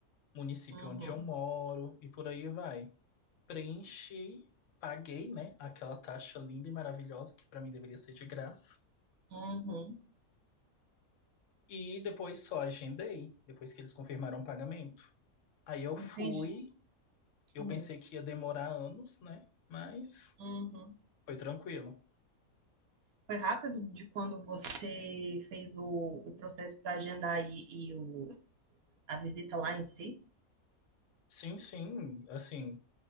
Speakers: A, on the left (about 65°); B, on the right (about 80°).
A: município
B: uhum,
A: onde eu moro e por aí vai. Preenchi, paguei, né, aquela taxa linda e maravilhosa que para mim deveria ser de graça.
B: uhum.
A: E depois só agendei, depois que eles confirmaram o pagamento. Aí eu fui,
B: Entendi.
A: eu
B: Uhum,
A: pensei que ia demorar anos, né? Mas
B: uhum.
A: foi tranquilo.
B: Foi rápido de quando você fez o, o processo para agendar e, e o, a visita lá em si?
A: Sim, sim, assim,